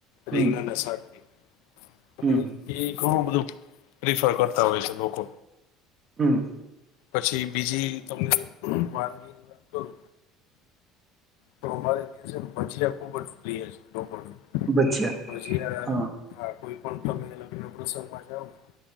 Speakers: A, on the left (about 90°); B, on the right (about 20°).
A: રિંગ
B: હમ
A: અને શાક ની. આપડે
B: હમ
A: ઈ ઈ ઘણું ધું પ્રિફર કરતા હોય છે લોકો.
B: હમ્મ
A: પછી બીજી તમને વાનગી ની વાત કરું તો મારે દિવસે ભચિયા ખુબ જ પ્રિય છે ડોકોની
B: ભજીયા
A: ભજીઆરા
B: હા
A: ખા કોઈ પણ તમે અલગ અનગ પ્રસંગમાં જાઓ ને